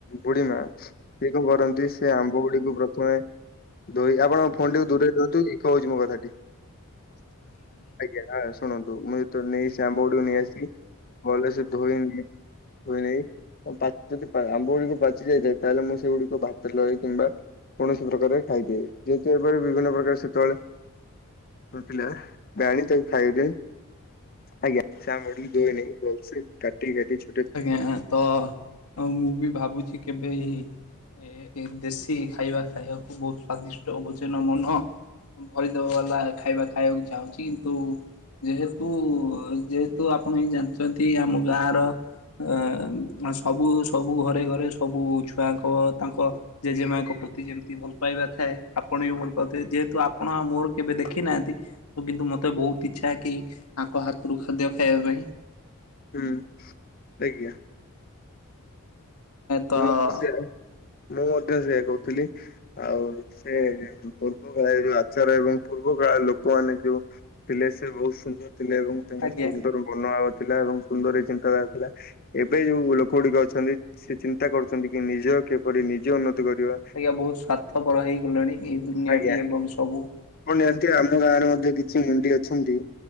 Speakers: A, on the left; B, on the left.
A: ବୁଢୀ ମା ସିଏ କଣ କରନ୍ତି ସେ ଆମ୍ବ ଗୁଡିକୁ ପ୍ରଥମେ। ଧୋଇ ଆପଣ ଫୋନଟିକୁ ଦୂରେଇ ଦିଅନ୍ତୁ ଇକୋହଉଛି ମୋ କଥାଟି ଆଜ୍ଞା ହଁ। ଶୁଣନ୍ତୁ ମୁଁ ଯେତେ ବେଳେ ନେଇ ସେ ଆମ୍ବ ଗୁଡିକୁ ନେଇ ଆସିିବି ଭଲ ସେ ଧୋଇ ମ ଧୋଇ ନେବି ପା ଯଦି ଆମ୍ବ ଗୁଡିକ ପାଚି ଯାଇଥାଏ ତାହେଲେ ମୁଁ ସେଗୁଡିକ ଭାତରେ ଲଗେଇ କିମ୍ବା। ଏହି କି ପ୍ରକାର ଖାଇଦିଏ ଯେହେତୁ ଏ ବେ ବିଭିନ୍ନ ପ୍ରକାର ସେତବେଳେ। ନଥିଲା ଆଣି ତାକୁ ଖାଇଦିଏ। ଆଜ୍ଞା ସେ ଆମ୍ବଟିକୁ ଧୁଏନାହିଁ ଭଲସେ କାଟି କାଟି ଛୋ
B: ଆଜ୍ଞା ତ ମୁଁ ବି ଭାବୁଛି କେବେ ଏହି। ଏ ଦେଶୀ ଖାଇବା ଖାଇବାକୁ ବହୁତ ସ୍ଵାଦିଷ୍ଟ ଭୋଜନ ମନ। ଭରିଦବ ବାଲା ଖାଇବା ଖାଇବାକୁ ଚାହୁଁଛି କିନ୍ତୁ। ଯେହେତୁ ଯେହେତୁ ଆପଣ ବି ଜାଣିଚନ୍ତି ଆମ ଗାଁର। ଅ ସବୁ ସବୁ ଘରେ ଘରେ ସବୁ ଛୁଆଙ୍କ ତାଙ୍କ ଜେଜେମାଙ୍କ ପ୍ରତି ଯେମତି ଭଲ ପାଇବା ଥାଏ ଆପଣ ବି ଭଲ ପାଉଥିବେ ଯେହେତୁ ଆପଣ ଆଉ ମୋର କେବେ ଦେଖି ନାହାନ୍ତି ତ କିନ୍ତୁ ମତେ ବହୁତ ଇଚ୍ଛା କି ଆଙ୍କ ହାତରୁ ଖାଦ୍ୟ ଖାଇବା ପାଇଁ।
A: ହୁଁ ଆଜ୍ଞା।
B: ତ
A: ମୁଁ ବି ସେୟା ମୁଁ ମଧ୍ୟ ସେୟା କହୁଥିଲି। ଆଉ ସେ ପୂର୍ବ <unintelligible> ଯୋଉ ଆଚାର ଏବଂ ପୂର୍ବ କାଳରେ ଲୋକମାନେ ଯୋଉ ଥିଲେ ସେ ବହୁତ ସୁନ୍ଦର ଥିଲେ ଏବଂ ତାଙ୍କ
B: ଆଜ୍ଞା
A: ସୁନ୍ଦର ମନଭାବ ଥିଲା ଏବଂ <unintelligible> ଚିନ୍ତାଧାରା ଥିଲା ଏବେ ଯୋଉ ଲୋକ ଗୁଡିକ ଅଛନ୍ତି ସେ ଚିନ୍ତା କରୁଛନ୍ତି କି ନିଜ କେପଡି ନିଜେ ଉନ୍ନତି କରିବା
B: ଆଜ୍ଞା ବହୁତ ସ୍ଵାର୍ଥପର ହେଇଗଲେଣି ଏଇ ଦୁନିଆଟି
A: ଆଜ୍ଞା
B: ଏବଂ ସବୁ।
A: ଆପଣ ଜାଣନ୍ତି ଆମ ଗାଁ ରେ ମଧ୍ୟ କିଛି <unintelligible> ଅଛନ୍ତି